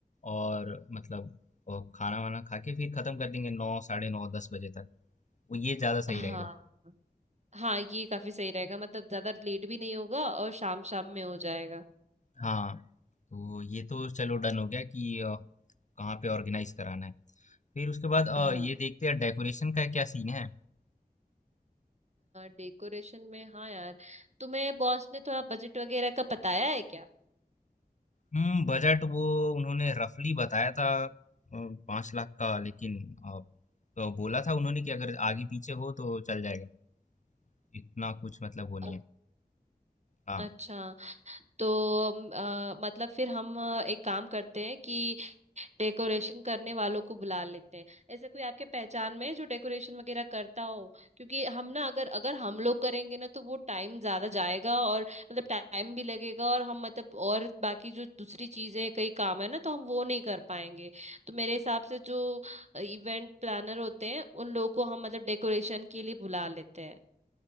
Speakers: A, on the left (about 50°); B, on the right (about 45°).
A: और मतलब अ, खाना वाना खा के फिर खत्म कर देंगे नौ साढ़े नौ दस बजे तक वो ये ज्यादा
B: हाँ
A: सही रहेगा
B: हाँ ये काफी सही रहेगा मतलब ज्यादा लेट भी नहीं होगा और शाम शाम में हो जाएगा
A: हाँ तो ये तो चलो डन हो गया कि अ, कहाँ पे ऑर्गेनाइज कराना है फिर उसके बाद अ,
B: हाँ
A: ये देखते हैं डेकोरेशन का क्या सीन है
B: डेकोरेशन में हाँ यार तुम्हें बॉस ने थोड़ा बजट वगैरह का बताया है क्या
A: हम्म बजट वो उन्होंने रफली बताया था पांच लाख का लेकिन अ, तो बोला था उन्होंने कि अगर आगे पीछे हो तो चल जाएगा इतना कुछ मतलब वो नहीं
B: अ-
A: है। हाँ
B: अच्छा तो अम, अ, मतलब फिर हम अ, एक काम करते हैं कि डेकोरेशन करने वालों को बुला लेते हैं ऐसे कोई आपके पहचान में है जो डेकोरेशन वगैरह करता हो क्योंकि हम ना अगर अगर हम लोग करेंगे ना तो वो टाइम ज्यादा जाएगा और मतलब टाइम भी लगेगा और हम मतलब और बाकी जो दूसरी चीजें कई काम है ना तो हम वो नहीं कर पाएंगे तो मेरे हिसाब से जो इवेंट प्लानर होते हैं उन लोगों को हम मतलब डेकोरेशन के लिए बुला लेते हैं